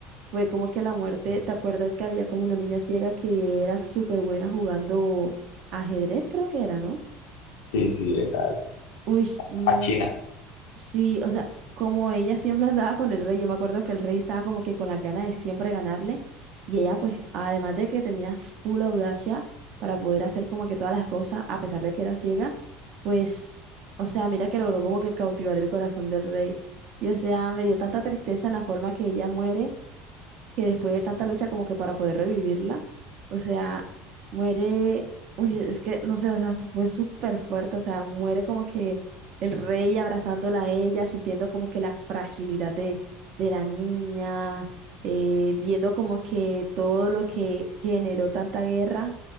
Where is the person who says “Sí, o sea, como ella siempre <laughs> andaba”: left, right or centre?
Right